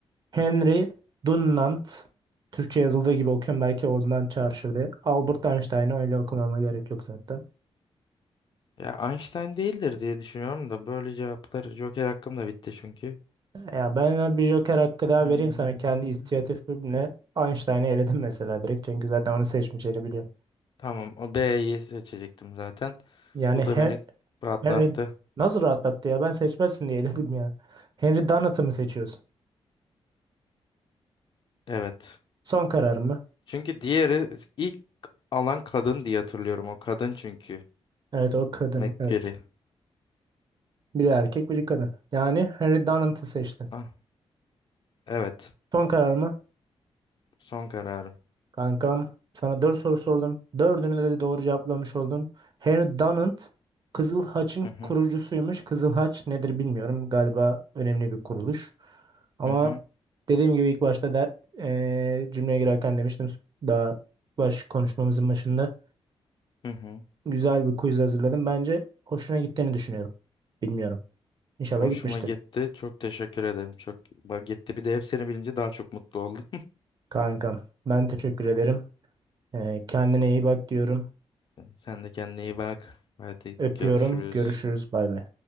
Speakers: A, on the right; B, on the left.
A: Henry Dunant. Türkçe yazıldığı gibi okuyorum. Belki ondan çağrışır diye. Albert Einstein'ı öyle okumama gerek yok zaten.
B: Ya Einstein değildir diye düşünüyorum da böyle cevaplar Joker hakkım da bitti çünkü.
A: Ya ben bir Joker hakkı daha
B: Hmm.
A: vereyim sana kendi inisiyatifimle Einstein'ı eledim mesela direkt çünkü zaten onu seçmeyeceğini biliyorum.
B: Tamam o B'yi seçecektim zaten.
A: Yani
B: Bu
A: Hen-
B: da beni rahatlattı.
A: Henry nasıl rahatlattı ya ben seçmezsin diye eledim ya. Henry Donat'ı mı seçiyorsun?
B: Evet.
A: Son karar mı?
B: Çünkü diğeri ilk alan kadın diye hatırlıyorum. O kadın çünkü.
A: Evet o kadın
B: McCreary.
A: evet. Biri erkek biri kadın. Yani Henry Donat'ı seçtin.
B: Ah, evet.
A: Son karar mı?
B: Son kararım.
A: Kankam sana 4 soru sordum. Dördünü de doğru cevaplamış oldun. Henry Dunant Kızıl Haç'ın
B: Hı hı
A: kurucusuymuş. Kızıl Haç nedir bilmiyorum. Galiba önemli bir kuruluş. Ama
B: hı hı
A: dediğim gibi ilk başta da eee, cümleye girerken demiştim. Daha baş konuşmamızın başında
B: hı hı.
A: güzel bir quiz hazırladım. Bence hoşuna gittiğini düşünüyorum. Bilmiyorum. İnşallah
B: Hoşuma
A: gitmiştir.
B: gitti. Çok teşekkür ederim. Çok bak gitti. Bir de hepsini bilince daha çok mutlu oldum.
A: Kankam ben teşekkür ederim. Eee, kendine iyi bak diyorum.
B: <laughs> Sen de kendine iyi bak. Hadi
A: Öpüyorum.
B: görüşürüz.
A: Görüşürüz. Bay bay.